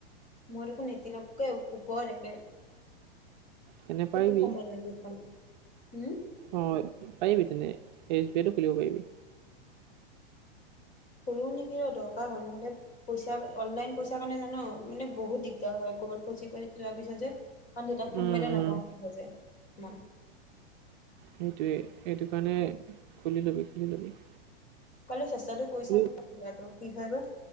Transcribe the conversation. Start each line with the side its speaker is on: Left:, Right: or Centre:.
Left: মোৰ দেখোন এইটিনতকৈ ও ওপৰ <unintelligible>
Right: তেনে পাৰিবি
Left: <unintelligible> উম।
Right: অ' পাৰিবি তেনে, এছ বি আইটো খুলিব পাৰিবি।
Left: সৰু নিকি ৰ দৰকাৰ হ'ল নহলে পইচা অনলাইন পইচা কাৰণে জান মানে বহুত দিগদাৰ হয়। ক'ৰবাত ফচি কৰি যোৱাৰ পিছত যে কাৰণ দেউতাক ফোন
Right: উম,
Left: মাৰিলে নাপাওঁ
Right: উম,
Left: সহজে ইমান।
Right: সেইটোৱে, সেইটো কাৰণে খুলি ল'বি খুলি ল'বি।
Left: ক'লে চেষ্টাটো কৰি
Right: খুলি
Left: চাম খোলাটো কি হয় বা?